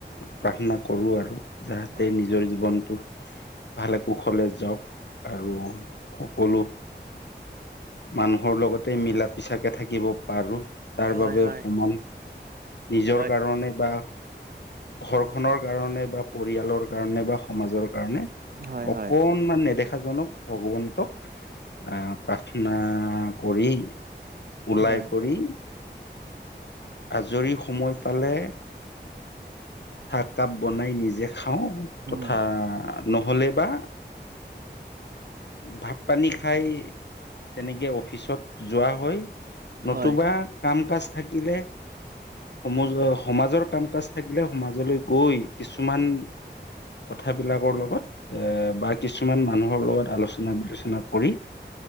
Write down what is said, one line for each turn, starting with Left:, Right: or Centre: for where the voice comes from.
Left: প্ৰাৰ্থনা কৰো আৰু যাহতে
Right: হয়
Left: নিজৰ জীৱনটো ভালে কুশলে যাওঁক। আৰু সকলো মানুহৰ লগতে মিলাত। পিছাকে থাকিব পাৰো তাৰ
Right: হয়
Left: বাবে
Right: হয়
Left: অকমান নিজৰ
Right: হয়
Left: কাৰণে বা ঘৰখনৰ কাৰণে বা পৰিয়ালৰ কাৰণে বা সমাজৰ কাৰণে
Right: হয়
Left: অকনমান
Right: হয়
Left: নেদেখাজনক ভগৱন্তক আহ প্ৰাৰ্থনা কৰি ওলাই
Right: হয়
Left: কৰি আজৰি সময় পালে চাহকাপ বনাই নিজে খাওঁ তথা
Right: উম
Left: নহলে বা ভাত পানী খাই তেনেকে অফিচত যোৱা হয় নতুবা
Right: হয়
Left: কাম কাচ থাকিলে সম সমাজৰ কাম কাজ থাকিলে সমাজলৈ গৈ কিছুমান কথাবিলাকৰ লগত এ বা কিছুমান মানুহৰ লগত আলোচনা বিলোচনা কৰি